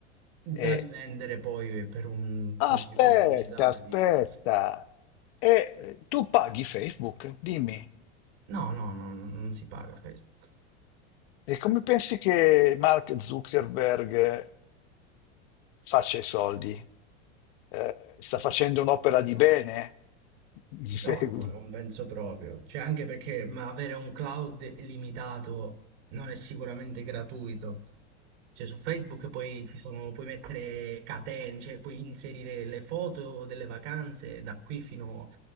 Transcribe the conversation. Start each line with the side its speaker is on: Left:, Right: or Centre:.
Left: E
Right: Da rivendere poi per un
Left: aspetta,
Right: pubblico pubblicitario,
Left: aspetta,
Right: dici?
Left: e eh, tu paghi Facebook? Dimmi.
Right: No, no, no, non si paga Facebook.
Left: E come pensi che Mark Zuckerberg faccia i soldi? Eh, sta facendo un'opera di bene? <laughs> Mi segui?
Right: No, no, non penso proprio. Cioè, anche perché, ma avere un cloud illimitato non è sicuramente gratuito. Cioè, su Facebook poi ci sono, puoi mettere catene, cioè puoi inserire le foto delle vacanze da qui fino